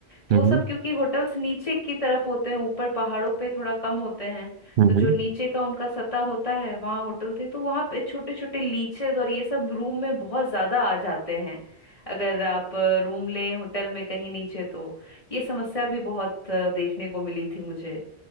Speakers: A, on the left; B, on the right.
A: तो
B: हम्म
A: वो सब क्योंकि होटल्स नीचे की तरफ होते हैं ऊपर पहाड़ों पे थोड़ा कम होते हैं
B: हम्म
A: तो जो
B: हम्म।
A: नीचे का उनका सतह होता है वहाँ होटल थे तो वहाँ पे छोटे छोटे लीचेस और ये सब रूम में बहुत ज्यादा आ जाते हैं अगर आप रूम लें होटल में कहीं नीचे तो ये समस्या भी बहुत अ, देखने को मिली थी मुझे